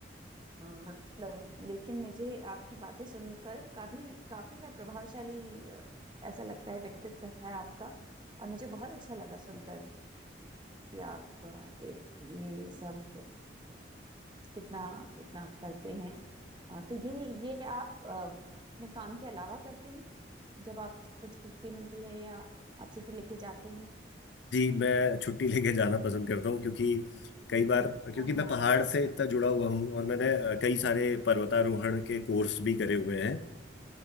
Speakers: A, on the right; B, on the left.
A: मतलब लेकिन मुझे आपकी बातें सुनकर काफी काफी मैं प्रभावशाली अ, ऐसा लगता है व्यक्तित्व है आपका और मुझे बहुत अच्छा लगा सुनकर कि आप अ, ये ये सब कितना इतना करते हैं अ, तो ये ये आप अ, अपने काम के अलावा करते हैं जब आपको छुट्टी मिलती है या आप छुट्टी लेके जाते हैं
B: जी मैं छुट्टी लेके जाना पसंद करता हूँ क्योंकि कई बार क्योंकि
A: हाँ
B: मैं
A: हाँ
B: पहाड़ से इतना जुड़ा हुआ हूँ और मैंने अ, कई सारे पर्वतारोहण के कोर्स भी करे हुए हैं